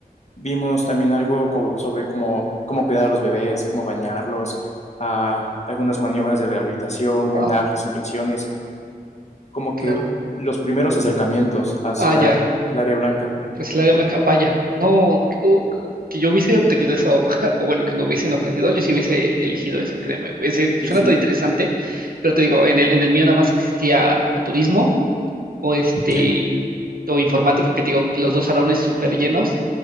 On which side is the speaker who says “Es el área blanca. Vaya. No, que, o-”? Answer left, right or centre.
Right